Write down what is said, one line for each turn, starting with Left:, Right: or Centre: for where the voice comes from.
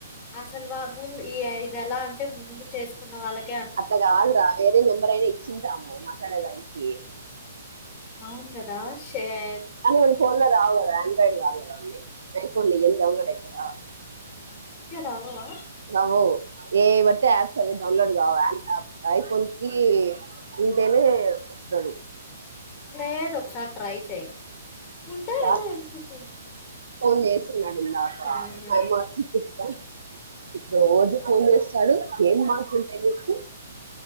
Left: అసలు వా ముందు ఈ ఇది ఎలా అంటే ముందు చేసుకున్న వాళ్ళకి
Right: అట్లా కాదురా వేరే నెంబర్ అయినా ఇచ్చింటాము మాట్లాడేదానికి
Left: అవును కదా షేట్
Right: కానీ ఫోన్ లో రావు కదా ఆండ్రాయిడ్ కాదు కదా అని అయి పోన్లే ఇవన్నీ డౌన్లోడ్ అవుతాయా
Left: అవ్వవ
Right: అవో ఏ బట్టి యాప్స్ అవి డౌన్లోడ్ కావు ఐఫోన్ కి ఉంటేనే వస్తది
Left: లేదు ఒక ఒకసారి ట్రై చెయి ఉంటాయి
Right: రాదు
Left: అనే అనుకుంట
Right: ఫోన్ చేస్తున్నాడు ఇందాక
Left: ఊహూ
Right: మైమ వచ్చి తిట్ట రోజు ఫోన్ చేస్తాడు ఏం మాట్లుంటాయి నీకు